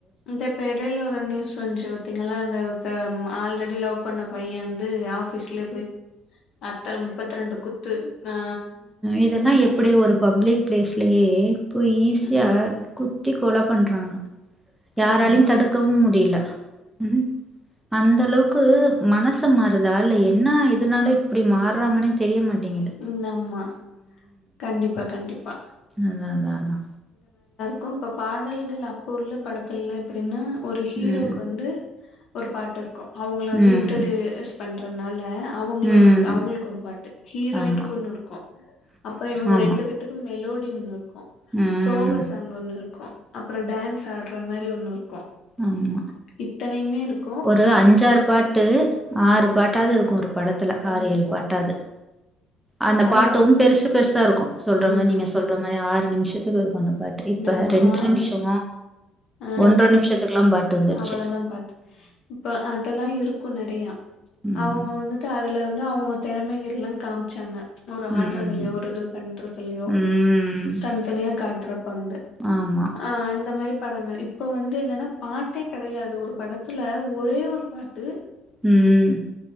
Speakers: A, on the left; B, in the centre.
A: இந்த இப்ப எடையில ஒரு நியூஸ் வந்ச்சி பாத்தீங்களா அந்த ஆல்ரெடி லவ் பண்ண பையன் து ஆஃபிஸ்ல போய் அத்தன முப்பத்ரெண்டு குத்து அ
B: இதெல்லா எப்டி ஒரு பப்ளிக் பிளேஸ்லயே போய் ஈஸியா
A: ம்
B: குத்திக் கொல பண்றாங்க யாராலயும்
A: ஆமா
B: தடுக்கவும் முடில ம் அந்த அளவுக் கு மனசு மாறுதா இல்ல என்ன இதனால இப்டி மாற்றாங்கன்னே தெரிய மாட்டேங்குத்
A: ம் ஆமா கண்டிப்பா கண்டிப்பா
B: அதா அதா அதா
A: கோம் இப்ப பாடல்கள் அப்போ உள்ள படத்துலல்லா எப்டின்னா ஒரு ஹீரோக்கு
B: ம்.
A: வந்து ஒரு பாட்டு இருக்கு அவுங்கள வந்து
B: ம்.
A: இன்ட்ரடியூஸ் பண்றனால அவுங்கள
B: ம்.
A: ஒரு அவுங்களுக்கு ஒரு பாட்டு ஹீரோயின்கு
B: ஆமா.
A: ஒன்னுருக்கோ அப்புறோ இவங்க
B: ஆமா.
A: ரெண்டு பேத்துக்கு மெலோடி ஒன்னுருக்கோ‌சோக
B: ம்.
A: சாங் ஒன்னுருக்கோ அப்புற டான்ஸ் ஆடுற மாரி ஒன்னுருக் கு
B: ஆமா.
A: இத்தனையுமேருக்
B: ஒரு அஞ்சாறு பாட்டு ஆறு பாட்டாவ்து
A: ம்
B: இருக்கு ஒரு படத்துல
A: கண்டிப்பா
B: ஆறு ஏல் பாட்டாவ்து அந்த
A: அதுல
B: பாட்டும்
A: வந்து
B: பெருசு பெருசாருக்கு சொல்ற
A: ம்
B: மாரி நீங்க சொல்ற மாரி ஆறு நிமிஷத்துக்கு இருக் கு அந்த பாட்டு இப்ப
A: நம்ம
B: ரெண்டு
A: ஆறு
B: நிம்ஷோ
A: நி ஆ
B: ஒன்ற நிம்ஷத்துக்குல்லா பாட்டு வந்துட்ச்சி
A: அவ்வளதா பாட்டு இப்ப அதெல்லா இருக்கும் நெறையா
B: ம்
A: அவுங்க வந்துட்டு அதுல வந் த அவுங்க தெறமைகள்ளா காம்ச்சாங்க ஒரு ஆட்றதுலயோ
B: ம்
A: ஒரு இது பண்றதுலயோ
B: ம்
A: தன்த்தனியா காட்றப் பண்ல
B: ஆமா
A: ஆன் இந்த மாரி படங்க இப்ப வந்து என்னன்னா பாட்டே கெடையாது ஒரு படத்துல ஒரே ஒரு பாட் டு
B: ம்